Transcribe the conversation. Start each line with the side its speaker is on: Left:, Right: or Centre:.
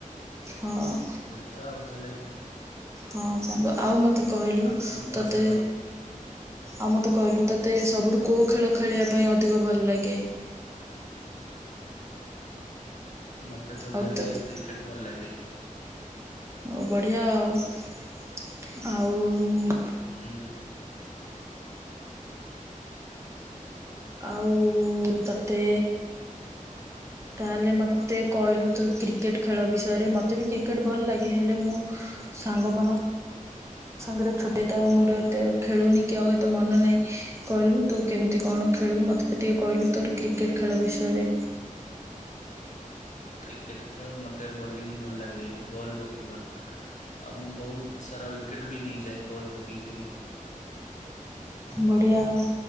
Right: ହଁ।
Left: ଖାଉ ଆଉ ତାହେଲେ।
Right: ହଁ ସାଙ୍ଗ ଆଉ ମୋତେ କହିଲୁ
Left: ଆଉ କଣ କହ
Right: ତୋତେ
Left: ସାଙ୍ଗ?
Right: ଆଉ ମତେ କହିଲୁ ତୋତେ ସବୁଠୁ କୋଉ ଖେଳ ଖେଳିବା ପାଇଁ ଅଧିକ ଭଲ ଲାଗେ।
Left: ମତେ ଭଲ
Right: ଆଉ
Left: ଲାଗେ
Right: ତୋତେ
Left: କ୍ରିକେଟ ଭଲ ଲାଗେ।
Right: ଆଉ ବଢ଼ିଆ ଆଉ ଆଉ
Left: ଉଁ।
Right: ଆଉ ତୋତେ ତାହେଲେ ମୋତେ କହିଲୁ ତ କ୍ରିକେଟ ଖେଳ ବିଷୟରେ ମୋତେ ବି କ୍ରିକେଟ ଭଲ ଲାଗେ ହେଲେ ମୁଁ ସାଙ୍ଗ ମାନ ସାଙ୍ଗରେ ଛୁଟି ତ ମୋର ଏତେ ଖେଳୁନି କି ଆଉ ଏତେ ମନ ନାହିଁ କହିଲୁ ତୁ କେମିତି କଣ ଖେଳୁ ମତେ। ମତେ ଟିକେ କହିଲୁ ତୋର କ୍ରିକେଟ ଖେଳ ବିଷୟରେ।
Left: କ୍ରିକେଟ ଖେଳ ମତେ ବୋଲିଂ ଭଲ ଲାଗେ ବଲ୍ ପକେଇବା। ଆଉ ମୁଁ ବହୁତ ସାରା ୱିକେଟ ବି ନେଇଯାଏ ବଲ୍ ପକେଇକିରି।
Right: ବଡ଼ିିଆ ଆଉ।